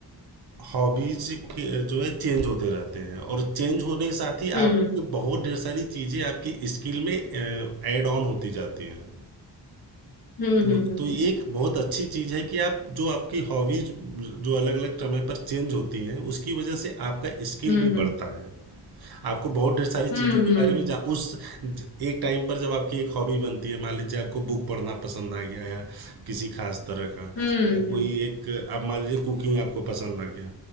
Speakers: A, on the right; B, on the left.
A: हॉबीज के जो है चेंज होते रहते हैं और चेंज होने के साथ ही
B: हम्म
A: आपको बहुत ढेर सारी चीज़ें आपकी स्किल में ऐड ऑन होती जाती हैं
B: हम्म
A: तो
B: हम्म
A: तो ये एक बहुत अच्छी चीज़ है कि आप जो आपकी हॉबीज जो अलग अलग समय पर चेंज होती हैं उसकी वजह से आपका स्किल
B: हम्म
A: भी बढ़ता है आपको बहुत ढेर सारी
B: हम्म
A: चीज़ों
B: हम्म
A: के
B: हम्म
A: बारे में जा उस ज- एक टाइम पर जब आपकी एक हॉबी बनती है मान लीजिए आपको बुक पढ़ना पसंद आ गया या किसी खास तरह का
B: हम्म हम्म
A: या कोई एक आप मान लीजिए कुकिंग आपको पसंद आ गया